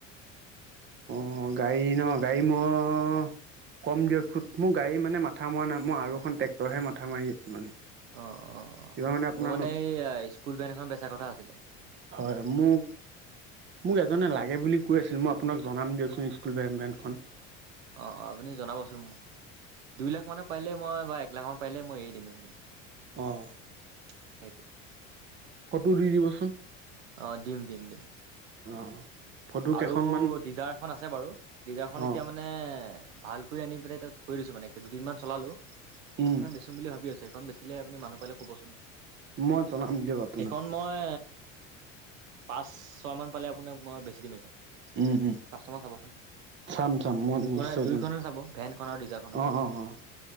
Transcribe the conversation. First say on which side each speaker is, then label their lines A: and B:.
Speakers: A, on the right; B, on the right.
A: অ', গাড়ী ন গাড়ী মই কম দিয়ক চোন। মোৰ গাড়ী মানে মাথা মৰা নাই মই আৰু এ টেক্টৰে মাথা মাৰি আছো মানে।
B: অ', অ',
A: কিবা আপোনাৰ
B: মোৰ মানে
A: ন
B: এই স্কুল ভেন এখন বেচা কথা আছিলে।
A: হয়, মোৰ মোক এজনে লাগে বুলি কৈ আছিল। মই আপোনাক জনাম দিয়কচোন স্কুল ভেন ভেনখন।
B: অ', অ', আপুনি জনাবচোন মোক। দুই লাখ মানৰ পাৰিল মই বা এক লাখ মান পাৰিলে মই এৰি দিম এইখন।
A: অ'।
B: সেইটোৱে।
A: ফটো দি দিবচোন।
B: অ', দিম দিম দিম।
A: অ'। ফটো
B: আৰু
A: কেইখনমান
B: ডিজাৰ এখন আছে বাৰু ডিজাৰখন
A: অ
B: এতিয়া মানে ভাল আনি পেলাই এতিয়া থৈ দিছো মানে দুদিনমান চলালো।
A: উম।
B: বেছো বুলি ভাবি আছো সেইখন বেচিলে আপনি মানুহ পালে ক'বচোন।
A: মই জনাম দিয়ক আপোনাক
B: সেইখন মই পাঁচ ছয় মান পালে আপোনাক মই বেছি দিম।
A: উম উম
B: কাষ্ট'মাৰ চাবচোন
A: চাম চাম মই
B: দুই
A: নিশ্চয়
B: দুইখনে
A: জনাম
B: চাব ভেনখন আৰু ডিজাৰ
A: অ', অ', অ'।